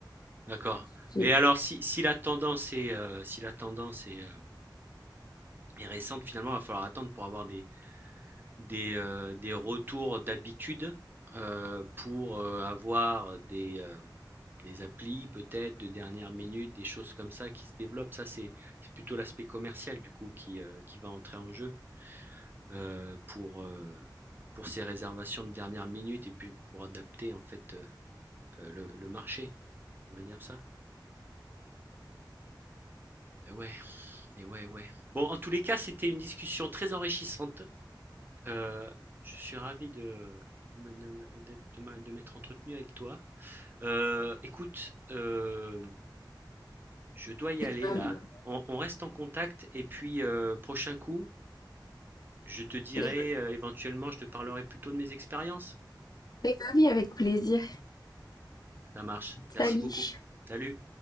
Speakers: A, on the right; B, on the left.
A: d'accord.
B: C'est
A: Mais alors, si, si la tendance est, euh, si la tendance est, euh, est récente, finalement, il va falloir attendre pour avoir des, des, euh, des retours d'habitude, euh, pour euh, avoir des, euh, des applis, peut-être, de dernière minute, des choses comme ça qui se développent. Ça, c'est, c'est plutôt l'aspect commercial, du coup, qui, euh, qui va entrer en jeu. euh, pour, euh, pour ces réservations de dernière minute et puis pour adapter en fait euh, euh, le, le marché. On va dire ça. Et ouais, et ouais, ouais. Bon, en tous les cas, c'était une discussion très enrichissante. Euh, je suis ravi de, de, de m'a- de- de m'a- de m'être entretenu avec toi. Euh, écoute, euh, je dois y
B: Eh
A: aller
B: ben,
A: là. On, on reste en contact et puis euh, prochain coup, je te dirai
B: eh ben
A: euh, éventuellement, je te parlerai plutôt de mes expériences.
B: eh ben oui, avec plaisir.
A: Ça marche.
B: Salut.
A: Merci beaucoup. Salut.